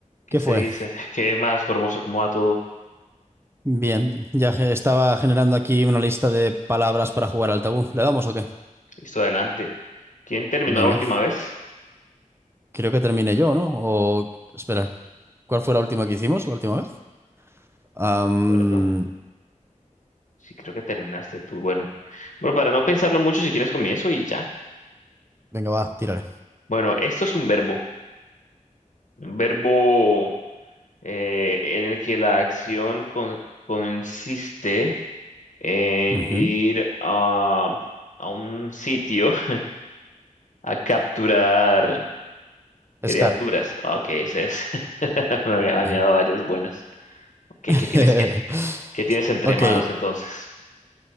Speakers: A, on the left (about 70°); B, on the right (about 20°).
A: ¿Qué
B: ¿Qué
A: se
B: fue?
A: dice? <laughs> ¿Qué más, Formoso? ¿Cómo va todo?
B: Bien, ya ge- estaba generando aquí una lista de palabras para jugar al tabú. ¿Le damos o qué?
A: Listo, adelante. ¿Quién terminó
B: Venga,
A: la última vez?
B: creo que terminé yo, ¿no? O espera, ¿cuál fue la última que hicimos? ¿La última vez? Am,
A: ¿Acuerdo? Sí, creo que terminaste tú. Bueno, bueno, para no pensarlo mucho, si quieres comienzo y ya.
B: venga, va, tírale.
A: Bueno, esto es un verbo. Un verbo eh, en el que la acción con- consiste en
B: Ujú.
A: ir a, a un sitio <laughs> a capturar criaturas.
B: Scar,
A: Ok, ese es. <laughs> Me había bañado
B: bien.
A: varias buenas. Ok,
B: <laughs>
A: ¿qué tienes, qué qué tienes entre
B: Ok,
A: manos entonces?